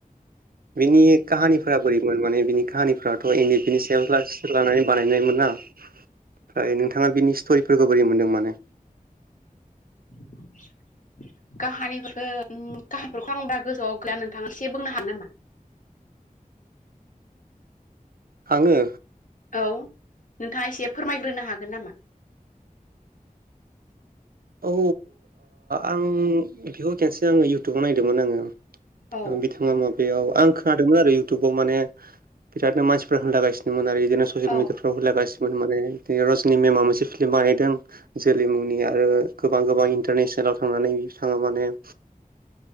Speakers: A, on the right (about 80°); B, on the left (about 60°).
A: <inaudible> बिनि काहानिफोरा बोरैमोन माने बिनि काहानिफोराराथ एनड पिनि सायाव लानानै बानायनायमोन ना ओमफ्राय नोंथाङा बिनि स्टरिफोरखौ बोरै मोनदों माने
B: <inaudible> काहानिफोर काहानिफोरखौ आंबा गोजौआव गैया नोंथाङा एसे बुंनो हानो नामा
A: आङो
B: औ नोंथाङा एसे फोरमायग्रोनो हागोन नामा
A: औ आं बेखौ खन्सेै आङो इयउटुबाव नायदोंमोन आङो
B: औ
A: बिथाङा माबायाव आं खोनादोंमोन आरो इउथुबाव माने बिरादनो मानसिफोरा्रा होनलागासिनो आरो बिदिनो ससियेल
B: औ
A: मिडियाफ्रावरलागानो माने रजनि मेमा मोनसे फिल्म बानायदों जोलै मुंनि आरो गोबां गोबां इन्टारनेसनेलाव थांनानै थाङो माने